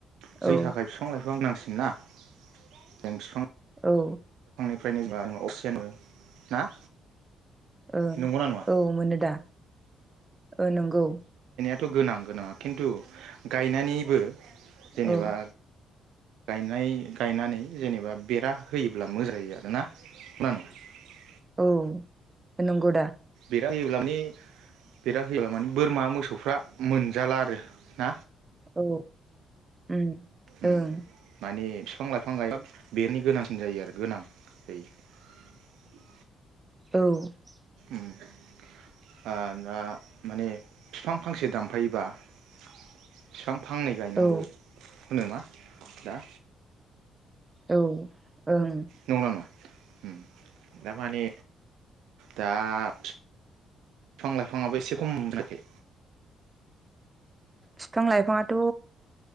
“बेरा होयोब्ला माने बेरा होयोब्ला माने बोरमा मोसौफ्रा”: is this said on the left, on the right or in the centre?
Right